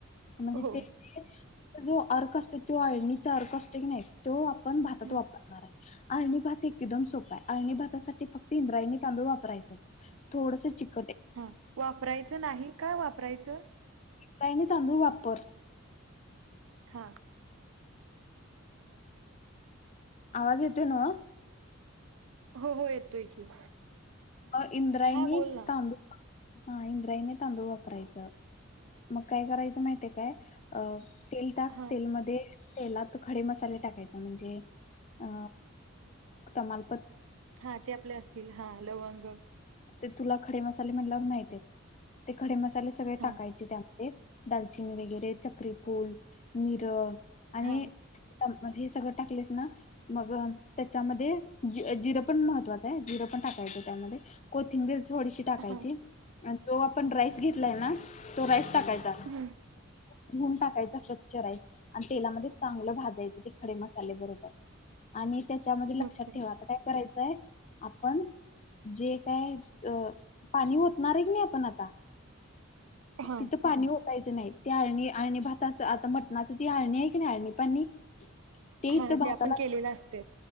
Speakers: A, on the left; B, on the right.
A: म्हणजे
B: हो
A: ते जो अर कसते तो अळणीचा अर्क असतो की नाही तो पण भातात
B: हं
A: वापरणार आहे अळणी भात एकदम सोपा आहे अळणी भातासाठी फक्त इंद्रायणी तांदूळ वापरायचं थोडस चिक
B: हा वापरायचं नाही का वापरायचं?
A: इंद्रायनी तांदूळ वापर.
B: हा.
A: आवाज येतोय न्हव?
B: हो हो येतोय की
A: हा. इंद्रायणी
B: हा बोल ना,
A: तांदूळ हा इंद्रायणी तांदूळ वापरायचं मग काय करायचं माहिताय काय अ तेल टाक
B: हा
A: तेलमध्ये तेलात खडे मसाले टाकायचे म्हणजे अ तमाल
B: हा जे आपले असतील हा लवंग
A: ते तुला खडे म्हणल्यावर माहितीयेत ते खडे मसा त्याले सगळे
B: हा
A: टाकायचे त्यात. <unintelligible> दालचिनी वगैरे चक्रीफूल मिरं. आणि
B: हा
A: तम मग हे सगळं टाकलेस ना मग. त्याच्यामध्ये जि जिरं पण महत्त्वाचं आहे जिरं पण टाकायचं त्यामध्ये कोथिंबीर थोडीशी टाकायची.
B: हा
A: आन जो आपण राईस घेतलाय ना तो राईस टाकायचा.
B: हं
A: धुवून टाकायचा स्वच्छ राईस आणि तेलामध्ये चांगलं भाजायचं ते खडे मसाले, बरोबर आणि त्याच्या मजी लक्षात
B: ओके
A: ठेवा, आता काय करायचं. आपण जे काय अं, पाणी ओतणार आहे की नाही आपण आता,
B: हा
A: तिथं पाणी ओ यचं नाही. ते अळणी अळणी भाताचं, आता मटणाचं ते अळणी आहे की नाही, अळणी पाणी ते इथं
B: हा
A: भाताला,
B: जे आपण केलेलं असते